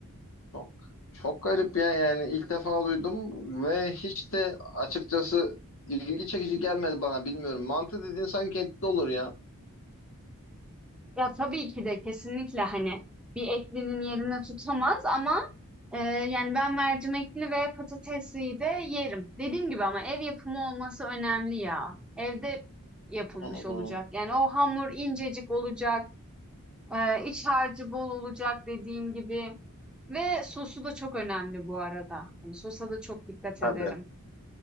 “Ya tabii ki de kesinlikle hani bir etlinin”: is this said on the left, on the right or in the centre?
Centre